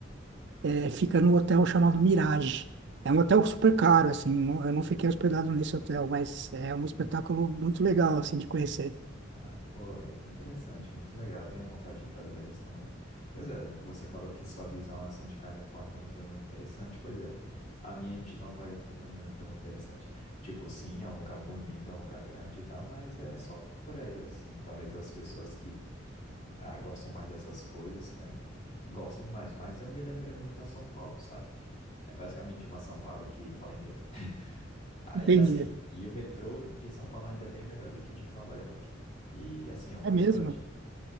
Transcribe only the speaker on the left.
Ah, pô, é que interessante, muito legal. Eu tenho vontade de ir para Las Vegas também. Pois é, você falou que sua visão assim de Califórnia não foi muito interessante. Pois é, a minha de Nova York também não foi muito interessante. Tipo, sim, é um lugar bonito, é um lugar grande e tal, mas é só prédio assim. Talvez as pessoas que ah, gostam mais dessas coisas, né? Gostem mais, mas eu me lembrei muito a São Paulo, sabe? É basicamente uma São Paulo que fala inglês. <laughs> Aí
assim, e o metrô de São Paulo ainda é bem melhor do que de Nova York. E assim, eu fui
para